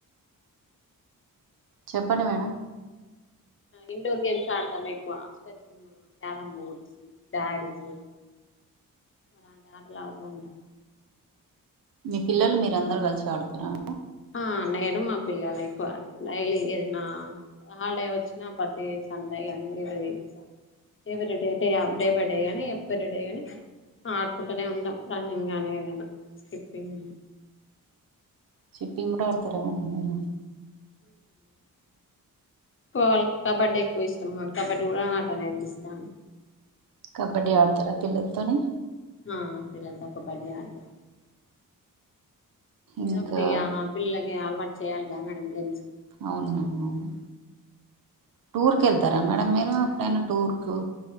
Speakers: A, on the right; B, on the left.
A: చెప్పండి మేడం
B: ఇండోర్ గేమ్స్ ఆడతాము ఎక్కువ అష్టచెమ్మా క్యారం బోర్డ్స్ డాడీస్ అలాంటి ఆటలు ఆడుతూ ఉంటాము
A: మీ పిల్లలు మీర అందరు కలిసి ఆడతార
B: ఆ నేను మా పిల్లలు ఎక్కువ డైలీ ఏదైనా హాలిడే వచ్చినా ప్రతి సండే గాని every every day day day by day కానీ ఎవ్రీ డే ని ఆడుకుంటూనే ఉంటాం రన్నింగ్ నీ ఏదైనా స్కిప్పింగ్
A: స్కిప్పింగ్ కూడా ఆడ్తర కట్ట మడ
B: క్కువ వాళ్ళకి కబడ్డీ ఎక్కువ ఇష్టం ఆ కబడ్డీ కూడా ఆటనేర్పిస్తాను
A: కబడ్డీ ఆడతారా పిల్లలతోని
B: ఆ పిల్లలతో కబడ్డీ ఆడత
A: ఇంకా
B: ఏదో ఒకటిగా ఆ పిల్ల ఏ అలవాటు చేయాలిగా మనం గెమ్స్
A: అవును మేడం అవును టూర్కి
B: ఎందుకంటే
A: వెళ్తారా మేడం మీరు ఎప్పుడైనా టూర్కు